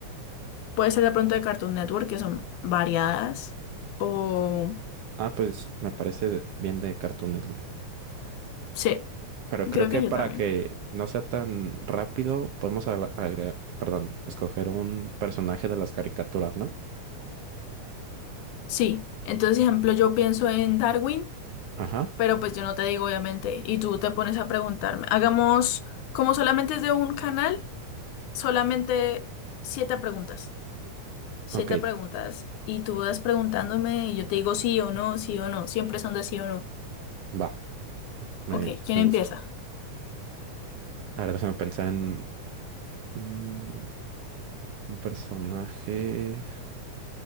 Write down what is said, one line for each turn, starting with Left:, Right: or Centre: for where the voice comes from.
Left: Puede ser de pronto de Cartoon Network, que son variadas, o...
Right: Ah, pues me parece de- bien de Cartoon Network.
Left: Sí,
Right: Pero
Left: creo
Right: creo que
Left: que
Right: para
Left: yo también.
Right: que no sea tan rápido, podemos agla- agregar, perdón, escoger un personaje de las caricaturas, ¿no?
Left: Sí, entonces, ejemplo, yo pienso en Darwin,
Right: Ajá,
Left: pero pues yo no te digo, obviamente, y tú te pones a preguntarme. Hagamos, como solamente es de un canal, solamente siete preguntas. Siete
Right: ok,
Left: preguntas. Y tú vas preguntándome y yo te digo sí o no, sí o no. Siempre son de sí o no.
Right: va. Me,
Left: Ok, ¿quién
Right: me
Left: empieza?
Right: gusta. A ver, déjame pensar en mm, un personaje.